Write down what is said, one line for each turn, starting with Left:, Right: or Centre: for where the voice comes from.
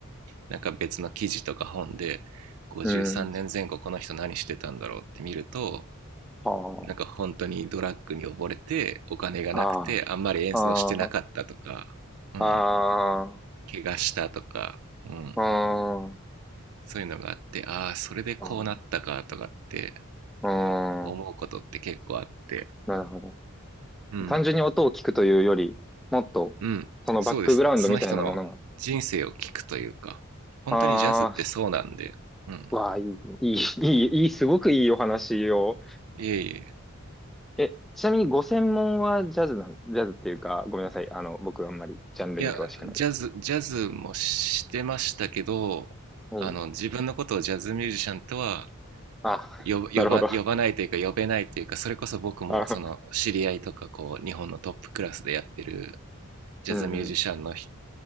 Right: なんか別の記事とか本で53年前後この人何してたんだろうって見ると、
Centre: うん、ああ。
Right: なんか本当にドラッグに溺れてお金がなくてあんまり演奏してなかったとか、
Centre: ああ、あ
Right: うん、
Centre: あ、ああ、
Right: 怪我したとか、うん、
Centre: うーん、あ
Right: そういうのがあって、ああー、それでこうなったかとかって
Centre: ーうー
Right: 思うことって結構あって、
Centre: ん、なるほど。
Right: うん、
Centre: 単純に音を聞くというより、もっと、
Right: うん、
Centre: そのバックグラウンドみたいなものが。
Right: そうです。その人の人生を聞くというか、本当にジャズってそうなんで、
Centre: あ
Right: うん、
Centre: あ、わあ、いい、いい、いい、いい、すごくいいお話を。
Right: いえいえ、
Centre: え、ちなみにご専門はジャズなん、ジャズっていうか、ごめんなさい。あの、僕あんまりジャンルに詳しくない。
Right: いや、ジャズ、ジャズもしてましたけど、
Centre: はい。
Right: あの、自分のことをジャズミュージシャンとは
Centre: あ、
Right: 呼ば、
Centre: なるほど。
Right: 呼ば呼ばないというか呼べないというか、それこそ僕もその知り合いとかこう、
Centre: あ、
Right: 日本のトップクラスでやってるジャズミュージシャンのひ
Centre: うん、うん、